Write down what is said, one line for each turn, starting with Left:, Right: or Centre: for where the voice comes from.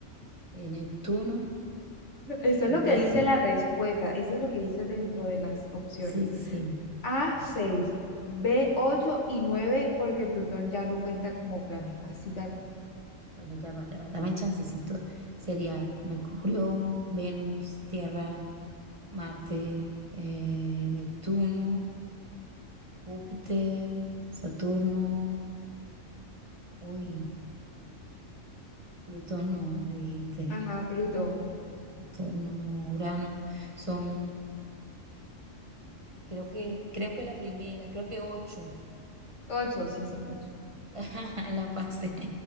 Right: Eh, Neptuno,
Left: Eso es lo
Right: Urano.
Left: que dice la respuesta, eso es lo que dice dentro de las opciones.
Right: Sí, sí.
Left: A, seis B, 8 y 9 porque Plutón ya no cuenta como planeta. Así tal.
Right: Bueno, ya va, ya va, dame chancecito. Sería Mercurio, Venus, Tierra, Marte, eh, Neptuno, Júpiter, Saturno, uy, Plutón no, me dijiste.
Left: Ajá, Plutón.
Right: Saturno, Urano, son, creo que, creo que la primera, creo que ocho.
Left: Ocho, sí, son ocho.
Right: <laughs> La pasé.